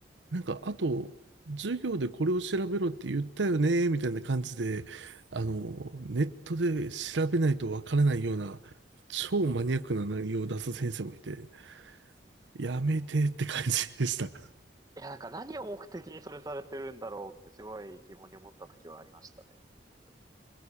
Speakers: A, on the right; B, on the right.
A: なんか、あと、授業でこれを調べろって言ったよね、みたいな感じで、あの、ネットで調べないとわからないような、超マニアックな内容を出す先生もいて、やめてって感じでした。
B: え。いや、なんか何を目的にそれされてるんだろうってすごい疑問に思った時はありましたね。本当に。